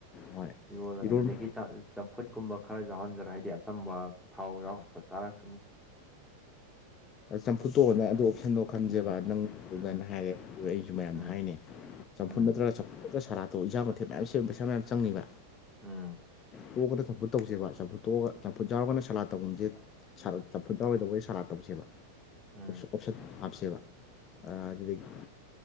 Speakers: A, on the left (about 30°); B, in the centre.
A: ꯍꯣꯏ
B: ꯣꯜ ꯑꯗꯨꯗꯒꯤ
A: ꯏꯔꯣꯟ
B: ꯆ ꯆꯝꯐꯨꯠꯀꯨꯝꯕ ꯈꯔ ꯌꯥꯎꯍꯟꯖꯔ ꯍꯥꯏꯗꯤ ꯑꯆꯝꯕ ꯊꯥꯎ ꯌꯥ ꯆꯥꯔꯛ
A: ꯆꯝꯐꯨꯠꯇꯣꯛꯑꯣ ꯅ ꯑꯗꯨ ꯑꯣꯞꯁꯟꯗꯣ ꯈꯟꯖꯦꯕ
B: ꯎꯝ
A: ꯅꯪ ꯑꯗꯨꯃꯥꯏꯅ
B: ꯎꯝ
A: ꯍꯥꯏꯔ ꯑꯗꯨ ꯑꯩꯁꯨ ꯃꯌꯥꯝꯗ
B: ꯎꯝ
A: ꯍꯥꯏꯅꯤ ꯆꯝꯐꯨꯟ
B: ꯎꯝ
A: ꯅꯠꯇ꯭ꯔꯒ ꯆ ꯁꯔꯥꯇꯣ ꯏꯖꯆꯥ ꯃꯊꯦꯛ ꯃꯌꯥꯝ ꯁꯦꯝꯕ ꯄꯩꯁꯥ ꯃꯌꯥꯝ ꯆꯪꯉꯕ
B: ꯎꯝ
A: ꯀꯣꯛꯑꯒ ꯆꯝꯨꯠ ꯇꯧꯁꯦꯕ ꯆꯝꯨ ꯇꯣꯛꯑꯒ ꯆꯝꯨ ꯌꯥ ꯆꯥꯎꯔꯒ ꯁꯂꯥ ꯇꯧꯒꯨꯝꯁꯦ ꯆꯝꯐꯨꯟ ꯌꯥꯎꯔꯣꯏꯗꯧꯕꯗꯤ ꯁꯥꯔꯥ ꯇꯧꯁꯦꯕ
B: ꯎꯝ
A: ꯑꯣꯞꯁꯟ ꯍꯥꯞꯁꯦꯕ ꯑꯗꯨꯗꯒꯤ